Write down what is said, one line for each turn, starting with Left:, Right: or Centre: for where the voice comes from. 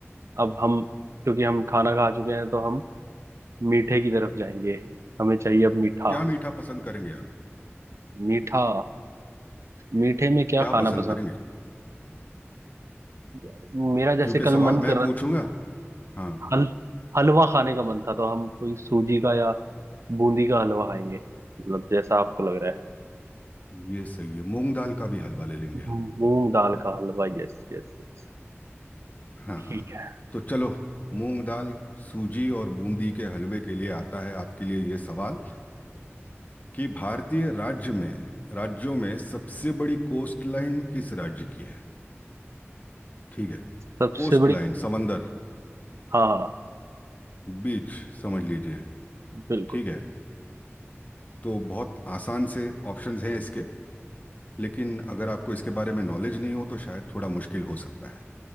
Right: अब हम क्योंकि हम खाना खा चुके हैं तो हम मीठे की तरफ जाएंगे हमें चाहिए अब मीठा
Left: क्या मीठा पसंद करेंगे आप
Right: मीठा मीठे में क्या
Left: क्या
Right: खाना
Left: पसंद
Right: पसंद
Left: करेंगे
Right: यार, मेरा जैसे
Left: क्योंकि
Right: कल
Left: सवाल
Right: मन
Left: मैं
Right: कर
Left: पूछूंगा
Right: रहा
Left: हाँ
Right: हल हलवा खाने का मन था तो हम कोई सूजी का या बूंदी का हलवा खाएंगे मतलब जैसा आपको लग रहा है
Left: ये सही है मूंग दाल का भी हलवा ले लेंगे हम
Right: मूंग दाल का हलवा यस यस यस
Left: हाँ
Right: ठीक
Left: हाँ।
Right: है
Left: तो चलो मूंग दाल सूजी और बूंदी के हलवे के लिए आता है आपके लिए ये सवाल कि भारतीय राज्य में राज्यों में सबसे बड़ी कोस्ट लाइन किस राज्य की है ठीक है
Right: सबसे
Left: कोस्ट
Right: बड़ी
Left: लाइन समंदर
Right: हाँ हाँ,
Left: बीच समझ लीजिए
Right: बिल्कुल
Left: ठीक है तो बहुत आसान से ऑप्शंस हैं इसके लेकिन अगर आपको इसके बारे में नॉलेज नहीं हो तो शायद थोड़ा मुश्किल हो सकता है